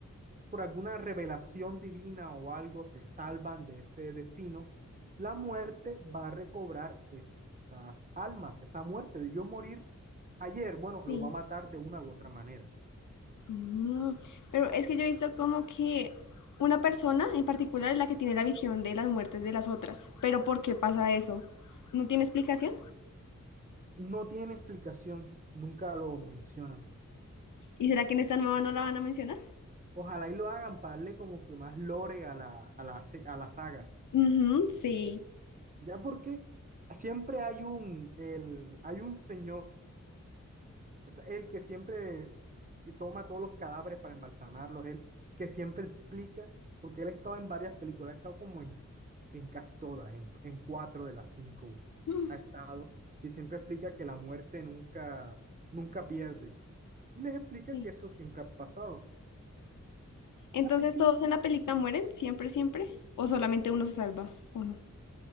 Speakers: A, on the right; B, on the left.
A: por alguna revelación divina o algo, se salvan de ese destino, la muerte va a recobrar es- esas almas, esa muerte de yo morir ayer, bueno,
B: Sí.
A: lo va a matar de una u otra manera.
B: Mm, Pero es que yo he visto como que una persona en particular es la que tiene la visión de las muertes de las otras. Pero ¿por qué pasa eso? ¿No tiene explicación?
A: No tiene explicación, nunca lo mencionan.
B: ¿Y será que en esta nueva no la van a mencionar?
A: Ojalá y lo hagan para darle como que más lore a la, a la, se- a la saga.
B: Ujú, sí.
A: Ya porque siempre hay un, el, hay un señor, es el que siempre toma todos los cadáveres para embalsamarlos, él que siempre explica, porque él ha estado en varias películas, ha estado como en, en casi todas, en, en cuatro de las cinco
B: Mm,
A: ha estado, y siempre explica que la muerte nunca, nunca pierde. Y les explica
B: sí.
A: que eso siempre ha pasado.
B: Entonces
A: Así que
B: todos en la película mueren, siempre, siempre. ¿O solamente uno se salva? ¿O no?